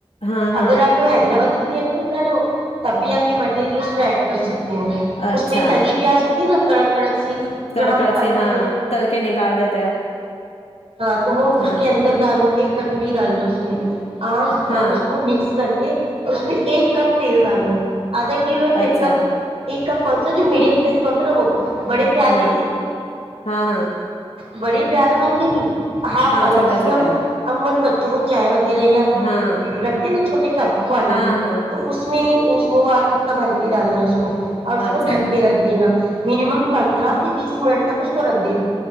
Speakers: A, on the left; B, on the right.
A: ہاں ہاں
B: اگر آپ حیدرآبادی ب رہے ہو تب بھی آپ یہ مٹیریل اس میں ایڈ کر سکتے
A: اچھا
B: اس میں تلی پیاز ہوتی نا کڑک کڑک سی
A: کڑک
B: جو ہم
A: کڑک
B: تلتے
A: سے ہاں
B: ہیں
A: تل کے نکال دیتے ہیں
B: ہاں تو وہ
A: ہاں
B: اس کے اندر ڈالو ایک کٹوی ڈال لو ایک اہ
A: ہاں
B: اب اس کو مکس کر کے اور اس میں ایک کپ تیل ڈالو ادھ کلو تیکپ
A: اچھا
B: ایکپ کون سا جو میڈیم سائز کلتر ہو وہ بڑے پیاالے
A: ہاں
B: ن
A: ہاں ہاں
B: بڑے پیاار کر کے نہیں ہاں فل
A: چھوٹا
B: جس
A: چھوٹا
B: میں ہم ان ب چاہے وہ یا
A: ہاں
B: رکھتے نا چھوٹے کپ والے
A: ہاں ہاں
B: تو اس میں اس وہ اتنا بھر کے ہی ڈالنا ہے اس اور اس
A: اچھا
B: کو ڈھک کے رکھ دینا مینمم پندرہ سے بیس منٹ تک اس کو رکھ دینا